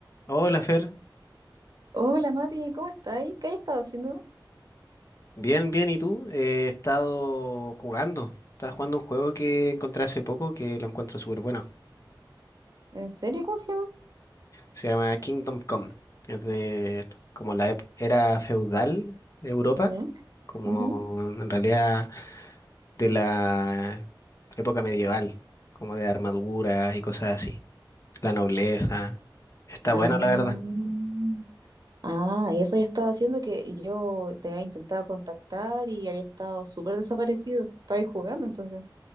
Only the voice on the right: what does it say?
Hola Mati, ¿cómo estáis? ¿Qué has estado haciendo?
¿En serio? ¿Cómo se llama?
¿Ya?
Ujú.
Ah,
ah, y eso ya estaba haciendo que yo te había intentado contactar y había estado súper desaparecido. Estabais jugando entonces.